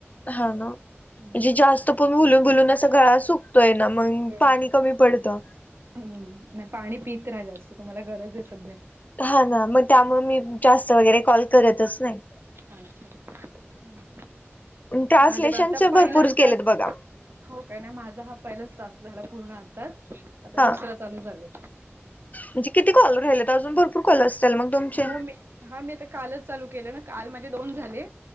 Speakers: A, on the left (about 35°); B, on the right (about 55°).
A: हा ना म्हणजे
B: हम्म हम्म.
A: जास्त पण बोलून बोलून असं गळा सुकतोय ना मंग
B: सुट्टे
A: पाणी
B: हा.
A: कमी पडतं.
B: हम्म नाही पाणी पीत राहायचं तुम्हाला गरज आहे सध्या
A: हा ना म त्यामुळे मी जास्त वगैरे कॉल करतच नाही.
B: अच्छा. अ
A: ट्रान्सलेशनचे
B: माझं बी आता पहिलाच
A: भरपूर केलेत
B: टास्क
A: बघा
B: हो का, नाही माझा हा पहिलाच टास्क झाला पूर्ण आताच. आता
A: हा.
B: दुसरा चालू झालं.
A: म्हणजे किती कॉल राहिल्यात? अजून भरपूर कॉल असतील मग. तुमचे
B: हो मी हा मी ते कालच चालू केलं ना, काल माझे दोन झाले.